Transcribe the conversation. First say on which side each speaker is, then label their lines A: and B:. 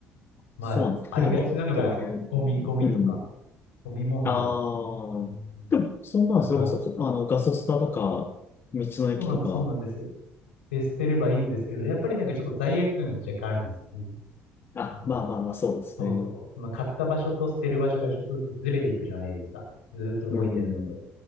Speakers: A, on the left; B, on the left.
A: まあ、
B: そうなんです。
A: ありがちなのが、
B: 例えば、どういう、
A: ゴミ、ゴミとか、
B: うん。
A: ゴミ問題。
B: ああ、
A: うん
B: でも、そんな、
A: だから、
B: それこそ、あの、ガソスタとか、道の駅とか、
A: そうなんです、そうなんです。で、捨てればいいんですけど、やっぱりなんかちょっと罪悪感が若干あるんですよね。
B: あ、
A: あのそうそう。
B: まあまあまあ、そうですね。
A: その買った場所と捨てる場所がちょっとずつずれていくじゃないですか。ずーっと動いてるので。
B: うん、